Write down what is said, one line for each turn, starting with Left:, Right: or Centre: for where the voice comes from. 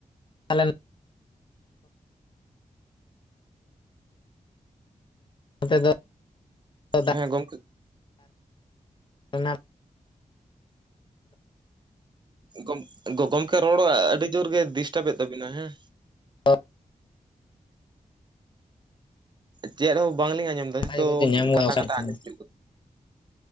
Left: ᱟᱞᱮ ᱱᱚᱛᱮ ᱫᱚ ᱫᱟᱜ
Right: ᱦᱮᱸ ᱜᱚᱝᱠᱮ
Left: ᱨᱮᱱᱟᱜ
Right: ᱜᱚᱢ ᱜᱚᱢᱠᱮ ᱨᱚᱲ ᱟᱹᱰᱤ ᱡᱳᱨ ᱜᱮ ᱰᱤᱥᱴᱟᱵ ᱮᱫ ᱛᱟᱵᱤᱱᱟ ᱦᱮᱸ
Left: <unintelligible>
Right: ᱪᱮᱫ ᱦᱚᱸ ᱵᱟᱝᱞᱤᱧ ᱟᱸᱡᱚᱢ ᱫᱟ ᱡᱚᱛᱚ
Left: ᱚᱱᱟ ᱡᱚᱠᱷᱚᱡ ᱫᱚ ᱧᱟᱢ ᱜᱚᱫ
Right: ᱠᱟᱴᱟ ᱠᱟᱴᱟ ᱟᱸᱡᱚᱢ ᱦᱤᱡᱩᱜ ᱠᱟᱱᱟ᱾